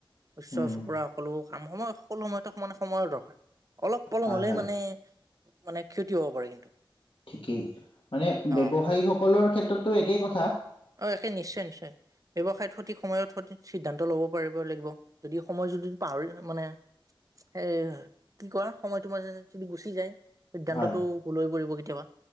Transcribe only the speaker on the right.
শস্য
চপুৰা সকলো। কাম সময়ত সকলো সময়তে মানে অলপ পলম
হলেই
মানে- মানে ক্ষতি হ'ব পাৰে কিন্তু।
অ
অ একেই নিশ্চয় নিশ্চয়। ব্যৱসায়ত সঠিক সময়ত সঠিক সিদ্ধান্ত লব পাৰিব লাগিব। যদি সময় যদি পাহৰি মানে এ কি কোৱা সময়টো মানে যদি গুচি যায় সিদ্ধান্তটো
ভূল হৈ পৰিব কেতিয়াবা।